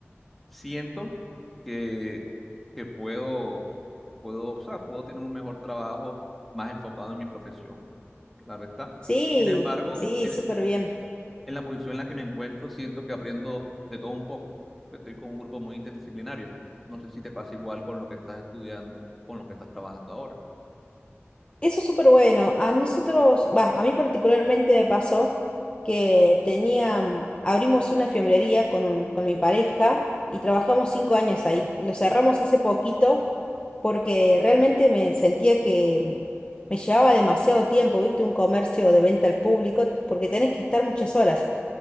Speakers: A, in the centre; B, on the left (about 25°).
A: Siento que, que puedo, puedo, o sea, puedo tener un mejor trabajo más enfocado en mi profesión. claro está.
B: Sí,
A: Sin embargo,
B: sí,
A: en,
B: súper bien.
A: en la posición en la que me encuentro, siento que aprendo de todo un poco. Estoy con un grupo muy interdisciplinario. No sé si te pasa igual con lo que estás estudiando, con lo que estás trabajando ahora.
B: Eso es súper bueno. A nosotros, va, a mí particularmente me pasó que tenía, mm, abrimos una fiambrería con un, con mi pareja y trabajamos cinco años ahí. Lo cerramos hace poquito porque realmente me sentía que mm, me llevaba demasiado tiempo, viste, un comercio de venta al público, porque tenés que estar muchas horas.